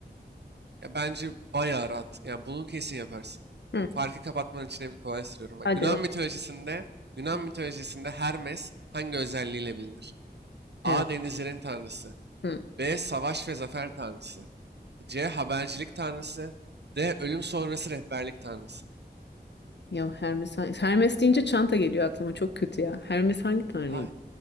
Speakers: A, on the right; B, on the left.
A: Ya bence bayağı rahat. Yani bunu kesin yaparsın.
B: Hı.
A: Farkı kapatmanın içine kolay sürüyorum. Bak,
B: Hadi.
A: Yunan mitolojisinde Yunan
B: Bakalım.
A: mitolojisinde Hermes hangi özelliğiyle bilinir?
B: Evet.
A: A. Denizlerin tanrısı.
B: Hı.
A: B. Savaş ve zafer tanrısı. C. Habercilik tanrısı. D. Ölüm sonrası rehberlik tanrısı.
B: Ya Hermes, hangi- Hermes deyince çanta geliyor aklıma çok kötü ya. Hermes hangi tanrıyım?
A: Ay,